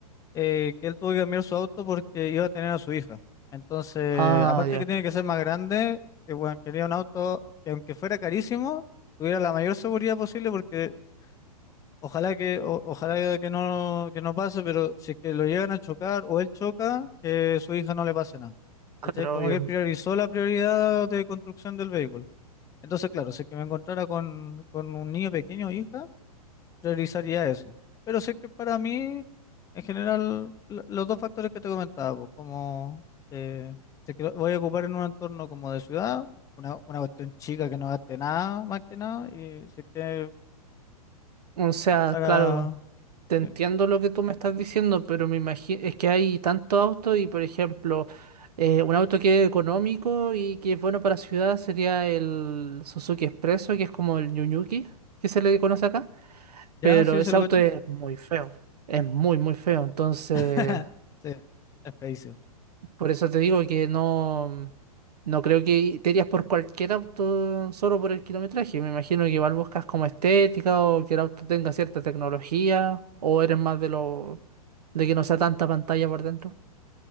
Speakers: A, on the left (about 15°); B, on the right (about 85°).
A: eh, que él tuvo que cambiar su auto porque iba a tener a su hija. Entonces,
B: Ah,
A: aparte
B: ya,
A: que tiene que ser más grande, que bueno, quería un auto que aunque fuera carísimo, tuviera la mayor seguridad posible porque ojalá que, o- ojalá que no, que no pase, pero si es que lo llegan a chocar o él choca, que su hija no le pase nada.
B: claro,
A: ¿Cachai? Como
B: obvio.
A: que él priorizó la prioridad de construcción del vehículo. Entonces, claro, si es que me encontrara con, con un niño pequeño o hija, realizaría eso. Pero sé que para mí, en general, lo- los dos factores que te comentaba, pues, como eh, si es que lo voy a ocupar en un entorno como de ciudad, una, una cuestión chica que no gaste nada, más que nada, y sé que
B: O sea,
A: para...
B: claro, te
A: Sí,
B: entiendo lo que tú me estás diciendo, pero me imagino, es que hay tantos autos y, por ejemplo, eh, un auto que es económico y que es bueno para ciudad sería el Suzuki Expresso, que es como el New Yuki, que se le conoce acá, pero
A: ya, sí,
B: ese
A: se lo
B: auto
A: cacho.
B: es muy feo, es muy, muy feo, entonces...
A: <laughs> Sí, es feísimo.
B: Por eso te digo que no, no creo que te irías por cualquier auto solo por el kilometraje. Me imagino que igual buscas como estética o que el auto tenga cierta tecnología o eres más de lo de que no sea tanta pantalla por dentro.